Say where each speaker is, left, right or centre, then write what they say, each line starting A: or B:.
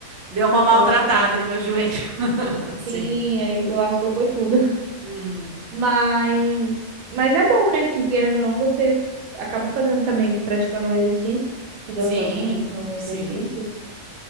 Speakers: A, on the right; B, on the right.
A: deu uma maltratada
B: lascou, né?
A: no meu joelho, <laughs> assim.
B: Sim, aí lascou foi tudo.
A: Uhum.
B: Mas, mas é bom, né? Que querendo ou não, você acaba fazendo também, praticando um exercício, que dançar
A: Sim,
B: também é um exercício.
A: sim.